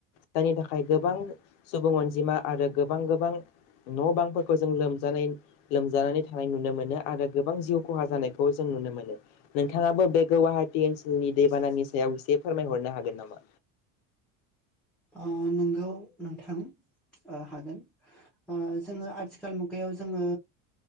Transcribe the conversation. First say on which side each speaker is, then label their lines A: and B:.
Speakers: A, on the left; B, in the centre.
A: जायनि थाखाय गोबां सुबुं अनजिमा आरो गोबां गोबां न' बांफोर खौ जों लोमजानाय लोमजानानै थानाय नुनो मोनो आरो गोबां जिउ खहा जानायखौ जों नुनो मोनो नोंथाङाबो बे गुवाहाटी ओनसोलनि दैबानानि सायाव इसे फोरमायहरनो हागोन नामा?
B: ओ नोंगौ नोंथां ओ हागोन ओ जोङो आथिखाल मुगायाव जोङो